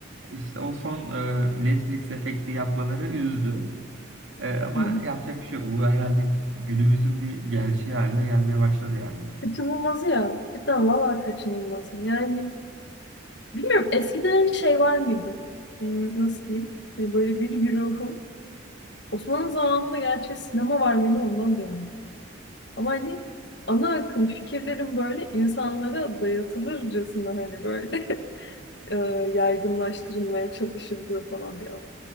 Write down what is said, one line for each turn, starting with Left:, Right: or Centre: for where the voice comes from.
Right: İşte o son e, Netflix efekti yapmaları üzdü. E, ama
Left: Hı.
Right: yapacak bir şey yok. Bu herhalde günümüzün bir gerçeği haline gelmeye başladı yani.
Left: Kaçınılmazı ya. Cidden valla kaçınılmazı. Yani bilmiyorum eskiden şey var mıydı? Hmm, Nasıl diyeyim? E, Böyle bir güruhun Osmanlı zamanında gerçi sinema var mıydı ondan da emin. Ama hani ana akım fikirlerin böyle insanlara dayatılırcasına hani böyle <laughs> e, yaygınlaştırılmaya çalışıldığı falan bir alan.